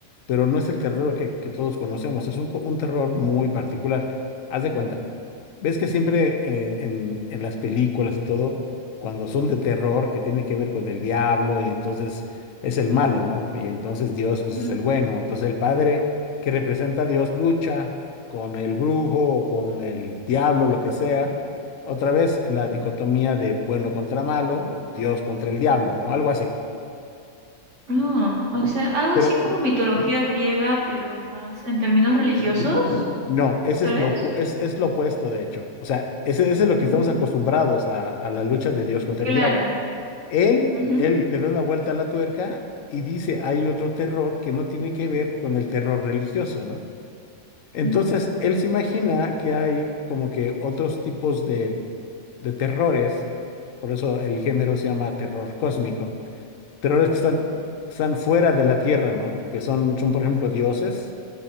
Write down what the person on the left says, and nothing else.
pero no es el terror que, que todos conocemos, es un, co- un terror muy particular. Haz de cuenta. Ves que siempre eh, en, en las películas y todo, cuando son de terror, que tiene que ver con el diablo, y entonces es el malo, ¿no? Y entonces Dios, pues,
es el bueno. Entonces el padre que representa a Dios lucha con el brujo o con el diablo, lo que sea. Otra vez en la dicotomía de bueno contra malo, Dios contra el diablo, ¿no? Algo así.
Pero
no, ese
es
lo, opu- es, es lo opuesto, de hecho. O sea, ese, ese es lo que
estamos acostumbrados a, a la lucha de Dios contra
el diablo. Él,
él le da una vuelta a la tuerca y dice, hay otro terror que no tiene que ver con el terror religioso, ¿no? Entonces,
él se imagina que hay como que otros tipos de, de terrores, por eso el género se llama terror cósmico, terrores que están, que están fuera de la Tierra, ¿no? Que son, son, por ejemplo, dioses